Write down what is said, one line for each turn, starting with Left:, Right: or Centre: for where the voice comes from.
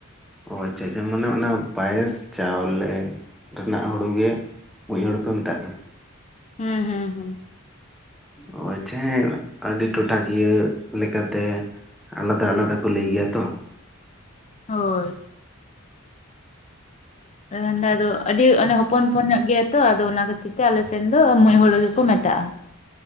Centre: ᱚ ᱟᱪᱪᱷᱟ ᱟᱪᱪᱷᱟ ᱢᱟᱱᱮ ᱚᱱᱟ ᱯᱟᱭᱮᱥ ᱪᱟᱣᱞᱮ ᱨᱮᱱᱟᱜ ᱦᱩᱲᱩ ᱜᱮ ᱢᱩᱡ ᱦᱚᱲᱩ ᱯᱮ ᱢᱮᱛᱟᱜ ᱠᱟᱱᱟ᱾
Left: ᱦᱮᱸ ᱦᱮᱸ ᱦᱮᱸ᱾
Centre: ᱚ ᱟᱪᱪᱷᱟ ᱦᱮᱸ ᱟᱹᱰᱤ ᱴᱚᱴᱷᱟᱠᱤᱭᱟᱹ ᱞᱮᱠᱟᱛᱮ ᱟᱞᱟᱫᱟ ᱟᱞᱟᱫᱟ ᱠᱚ ᱞᱟᱹᱭ ᱜᱮᱭᱟ ᱛᱚ,
Left: ᱦᱳᱭ᱾ ᱠᱷᱟᱱ ᱟᱫᱚ ᱟᱹᱰᱤ ᱚᱱᱮ ᱦᱚᱯᱚᱱ ᱦᱚᱯᱚᱱ ᱧᱚᱜ ᱜᱮᱭᱟ ᱛᱚ ᱟᱫᱚ ᱚᱱᱟ ᱠᱷᱟᱹᱛᱤᱨ ᱛᱮ ᱟᱞᱮ ᱥᱮᱱ ᱫᱚ ᱢᱩᱡ ᱦᱩᱲᱩ ᱜᱮᱠᱚ ᱢᱮᱛᱟᱜᱼᱟ᱾